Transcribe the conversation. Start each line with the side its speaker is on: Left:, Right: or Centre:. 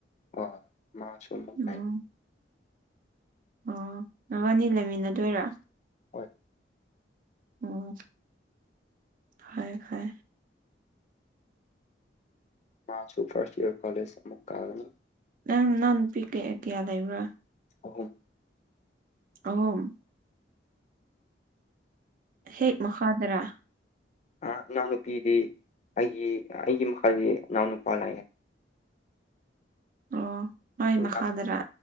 Left: ꯋꯥ ꯃꯥ ꯁꯣꯃꯥꯏ
Right: ꯎꯝ ꯑꯣ ꯅꯕꯥꯅꯤ ꯂꯩꯃꯤꯟꯅꯗꯣꯏꯔꯥ
Left: ꯍꯣꯏ
Right: ꯎꯝ ꯐꯩꯑꯦ ꯐꯩꯑꯦ
Left: ꯃꯥꯁꯨꯨ ꯐꯔꯁ ꯏꯌꯔ ꯀꯂꯦꯖ ꯑꯃꯨꯛ ꯀꯒꯅꯤ
Right: ꯅꯪ ꯅꯪ ꯅꯨꯄꯤ ꯀꯩ ꯀꯌꯥ ꯂꯩꯕ꯭ꯔꯥ
Left: ꯑꯍꯨꯝ
Right: ꯑꯍꯨꯝ ꯍꯦꯛ ꯃꯈꯗ꯭ꯔꯥ
Left: ꯑ ꯏꯅꯥꯎꯅꯨꯄꯤꯗꯤ ꯑꯩꯒꯤ ꯑꯩꯒꯤ ꯃꯈꯥꯗꯤ ꯏꯅꯥꯎ ꯅꯨꯄꯥ ꯂꯩꯑꯦ
Right: ꯑꯣ ꯃꯥꯥꯏ
Left: ꯏꯅꯥꯎ
Right: ꯃꯈꯥꯗꯔ